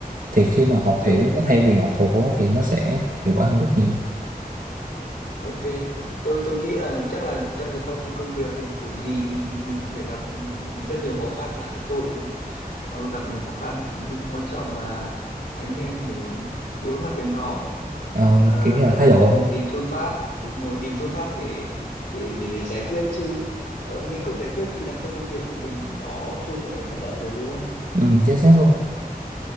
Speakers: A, on the right (about 60°); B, on the left (about 85°).
A: thì khi mà học
B: Ok,
A: hiểu nó thay vì học thuộc á, thì nó sẽ hiệu quả hơn rất nhiều
B: ok. Tôi tôi nghĩ là chắc là trong cái quá trình công việc thì kiểu gì thì mình cũng phải gặp ừ, rất nhiều khó khăn. Bản thân tôi cũng ừ, gặp nhiều khó khăn thì nhưng quan trọng là anh em mình đối mặt với nó thôi
A: Ờ,
B: Ờ,
A: kiểu như là thái độ thôi
B: tìm phương pháp đúng rồi tìm phương pháp để để để, để giải quyết chứ ờ, mình không giải quyết thì làm sao công việc của mình nó trôi chảy và thuận lợi được đúng không
A: ừ, chính xác luôn